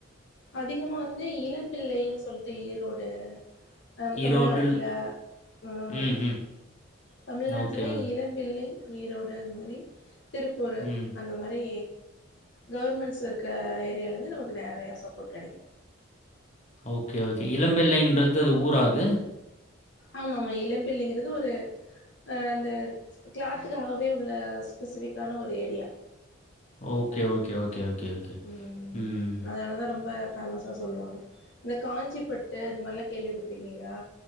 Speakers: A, on the left (about 60°); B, on the left (about 35°).
A: அதிகமா வந்து இளம் பிள்ளைன்னு சொல்லிட்டு ஈரோடு அ நம்ம
B: ஈரோடில்
A: தமிழ்நாட்ல ம்
B: ம்ஹ்ம்.
A: தமிழ்நாட்ல
B: ஓகே.
A: இளம் பிள்ளை ஈரோடு அது மாரி திருப்பூர்
B: ம்.
A: அந்த மாரி கவர்மெண்ட்ஸ் இருக்க ஏரியாலேந்து நமக்கு நெறையா சப்போட் கெடைக்கு
B: ஓகே ஓகே
A: ம்
B: இளம்பிள்ளைன்றது அது ஊரா அது
A: ஆமாம்மா இளம்பிள்ளைங்கிறது ஒரு அ அந்த க்ளாத்துக்காகவே உள்ள ஸ்பெசிபிக்கான ஒரு area
B: okay okay okay okay
A: ம்
B: ம்.
A: அதுனாலதா ரொம்ப ஃபேமஸா சொல்லுவாங்க இந்த காஞ்சிபட்டு அது மாரிலா கேள்விப்பட்ருக்கீங்களா